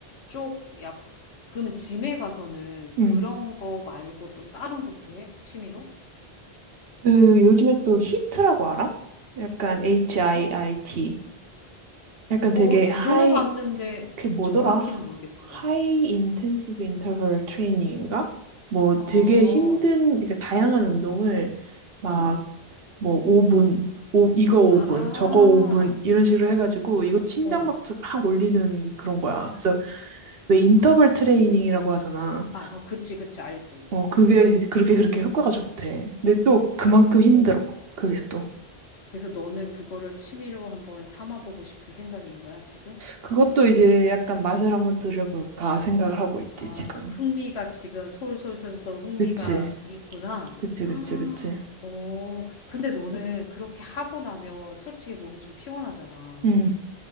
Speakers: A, on the left; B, on the right.
A: 쪽, 약, 그러면 짐에 가서는
B: 응.
A: 그런
B: 응.
A: 거 말고 또 다른 것도 해? 취미로?
B: 그 요즘에 또 히트라고 알아? 약간 H-I-I-T.
A: 어,
B: 약간 되게
A: 어, 들어는
B: 하이
A: 봤는데
B: 그게 뭐더라?
A: 정확히는 모르겠어.
B: 하이 인텐시브 인터벌 트레이닝인가? 뭐
A: 어,
B: 되게 힘든 그러니까 다양한 운동을 막
A: 어.
B: 뭐 5분, 오, 이거 5분,
A: 아,
B: 저거 5분 이런 식으로 해가지고 이것도 심장박수
A: 어.
B: 막 올리는 그런 거야. 그래서 왜 인터벌
A: 아,
B: 트레이닝이라고 하잖아.
A: 아, 어, 그치, 그치, 알지.
B: 어, 그게 그렇게 그렇게 효과가 좋대. 근데 또 그만큼 힘들어.
A: 어.
B: 그게 또.
A: 그래서 너는 그거를 취미로 한번 삼아보고 싶은 생각인 거야, 지금?
B: 그것도 이제 약간 맛을 한번 들여볼까 생각을 하고 있지,
A: 아,
B: 지금.
A: 흥미가 지금 솔솔솔솔 흥미가
B: 그치,
A: 있구나.
B: 그치,
A: <gasps> 아,
B: 그치, 그치.
A: 오, 근데 너는 그렇게 하고 나면 솔직히 몸이 좀 피곤하잖아.
B: 음.